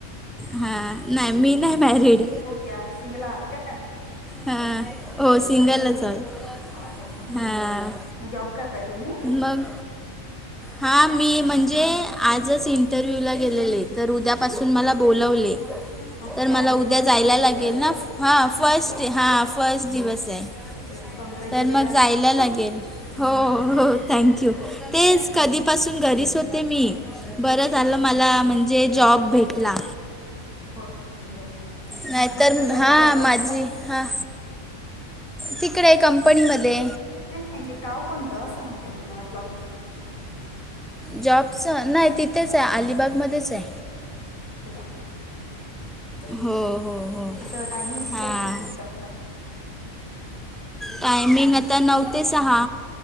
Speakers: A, in the centre; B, on the left (about 85°).
A: हा, नाही मी नाही मॅरीड
B: हो क्या सिंगल आहात काय?
A: हा. हो
B: ओके
A: सिंगलच
B: ओके
A: आहोत..
B: हां हां हां
A: हा
B: मग जॉब करताय तुम्ही
A: मग हां, मी म्हणजे आजच इंटरव्यूला गेलेले तर उद्यापासून मला बोलवले.
B: ओके
A: तर
B: आय
A: मला
B: म्हणजे
A: उद्या
B: फर्स्ट
A: जायला
B: डे
A: लागेल
B: उद्या
A: ना.
B: होय
A: हा
B: अच्छा
A: फस्ट, हा फस्ट दिवस ए.
B: ओके कॉंग्रॅच्युलेशन्स
A: तर मग जायला लागेल. हो, हो थँक्यू, तेच. कधीपासून घरीच होते मी बरं
B: ओके
A: झालं, मला म्हणजे जॉब भेटला.
B: होय होय होय.
A: नाहीतर
B: मग कुठे भेटला जॉब
A: हा
B: तुम्हाला
A: माझी हां, तिकडे ए कंपनीमध्ये
B: नाही, म्हणजे गाव कोणतं असं म्हणतेय तुम्हाला जॉबचं
A: जॉबचं, नाही तिथेच ए, अलिबागमध्येच ए
B: अच्छा. अच्छा.
A: हो हो हो
B: मग तसं टायमिंग कसं
A: हां
B: आहे मग तुमचं
A: टायमिंग आता नऊ ते सहा